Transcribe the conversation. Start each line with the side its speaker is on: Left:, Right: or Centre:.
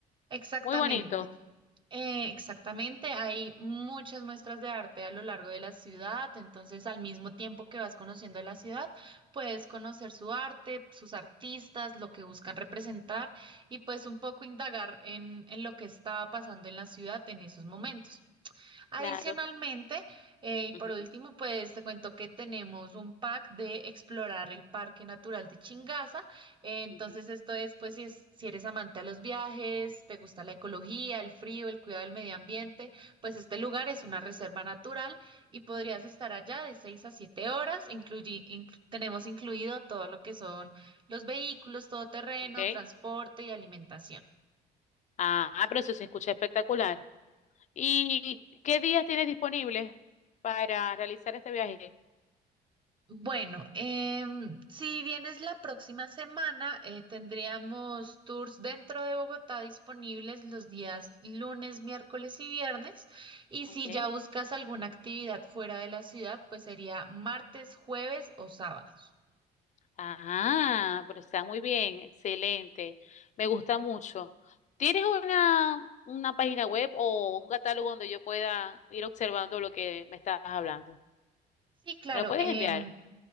Right: Exactamente.
Left: Muy bonito.
Right: Eh, exactamente, hay muchas muestras de arte a lo largo de la ciudad, entonces al mismo tiempo que vas conociendo la ciudad, puedes conocer su arte, sus artistas, lo que buscan representar y pues un poco indagar en, en lo que está pasando en la ciudad en esos momentos. Adicionalmente,
Left: Claro.
Right: eh, y por
Left: Ujú,
Right: último, pues te cuento que tenemos un pack de explorar el Parque Natural de Chingaza. Eh, entonces,
Left: ujú.
Right: esto es, pues, si, es- si eres amante a los viajes, te gusta la ecología, el frío, el cuidado del medio ambiente, pues este lugar es una reserva natural y podrías estar allá de 6 a 7 horas. Incluye, inc- tenemos incluido todo lo que son los vehículos, todoterreno,
Left: Ok.
Right: transporte y alimentación.
Left: Ah, pero eso se escucha espectacular. ¿Y qué días tienes disponibles para realizar este viaje?
Right: Bueno, em, si vienes la próxima semana, eh, tendríamos tours dentro de Bogotá disponibles los días lunes, miércoles y viernes. Y si
Left: Okay.
Right: ya buscas alguna actividad fuera de la ciudad, pues sería martes, jueves o sábados.
Left: Ah, pero está muy bien, excelente. Me gusta mucho. ¿Tienes una, una página web o un catálogo donde yo pueda ir observando lo que me estás hablando?
Right: Sí, claro.
Left: ¿Me lo puedes
Right: Eh,
Left: enviar?